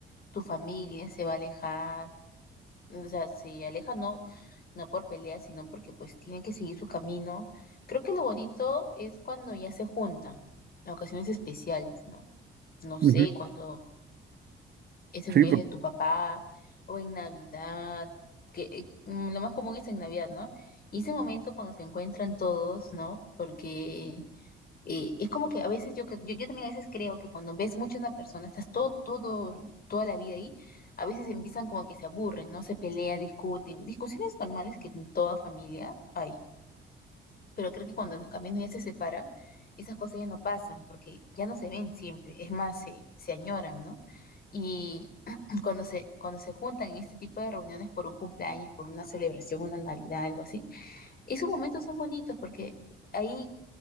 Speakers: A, on the left (about 50°); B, on the right (about 55°).
A: tu familia se va a alejar, o sea, se aleja no, no por peleas, sino porque pues tienen que seguir su camino. Creo que lo bonito es cuando ya se juntan, en ocasiones especiales, ¿no? No sé,
B: Ujú.
A: cuando es el
B: Sí,
A: cumpleaños
B: por,
A: de tu papá o en Navidad, que eh, mm, lo más común es en Navidad, ¿no? Y ese momento cuando se encuentran todos, ¿no? Porque y es como que a veces yo, que- yo, yo también a veces creo que cuando ves mucho a una persona, estás todo, todo, toda la vida ahí, a veces empiezan como que se aburren, ¿no? Se pelean, discuten, discusiones normales que en toda familia hay. Pero creo que cuando los caminos ya se separan, esas cosas ya no pasan, porque ya no se ven siempre, es más, se, se añoran, ¿no? Y cuando se, cuando se juntan en este tipo de reuniones por un cumpleaños, por una celebración, una Navidad, algo así, esos momentos son bonitos porque ahí